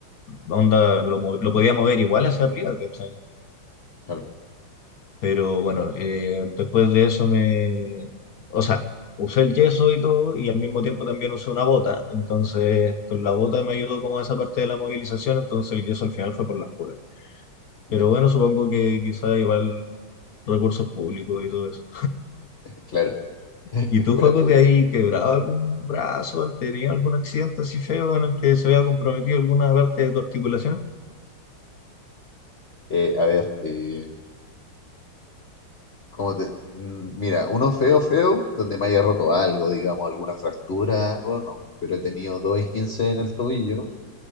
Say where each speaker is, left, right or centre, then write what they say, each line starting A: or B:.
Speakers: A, on the left (about 70°); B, on the left (about 35°).
A: onda lo, mo- lo podía mover igual hacia arriba, ¿cachai?
B: Claro,
A: Pero bueno,
B: claro.
A: eh, después de eso me, o sea, usé el yeso y todo y al mismo tiempo también usé una bota, entonces con la bota me ayudó como esa parte de la movilización, entonces el yeso al final fue por las puras.
B: Ya,
A: Pero bueno, supongo que quizá igual recursos públicos y todo eso.
B: claro. <laughs>
A: ¿Y
B: Escuela
A: tú, Juego,
B: pública.
A: te has quebrado algún brazo? ¿Has tenido algún accidente así feo en el que se vea comprometido alguna parte de tu articulación?
B: Eh, a ver, eh, ¿cómo te...? Mm, Mira, uno feo, feo, donde me haya roto algo, digamos, alguna fractura, algo, no. Pero he tenido dos esguinces en el tobillo